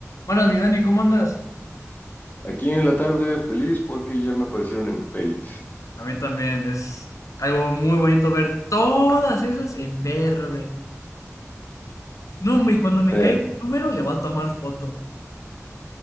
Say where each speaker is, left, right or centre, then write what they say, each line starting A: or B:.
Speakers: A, on the left; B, on the left.
A: Buenas, mi Dani, ¿cómo andas?
B: Aquí en la tarde feliz porque ya me aparecieron en Paid.
A: A mí también es algo muy bonito ver todas esas en verde. No, hombre, y cuando me
B: Sí,
A: caiga un número le voy a tomar foto.